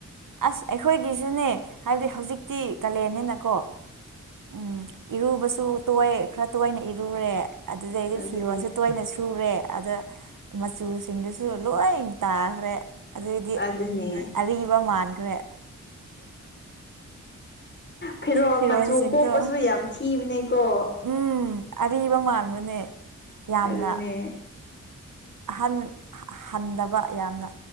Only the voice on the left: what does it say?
ꯑꯗꯨꯅꯦ
ꯑꯗꯨꯅꯦ
ꯐꯤꯔꯣꯜ
ꯃꯆꯨ ꯀꯣꯛꯄꯁꯨ ꯌꯥꯝ ꯊꯤꯕꯅꯦꯀꯣ
ꯑꯗꯨꯅꯦ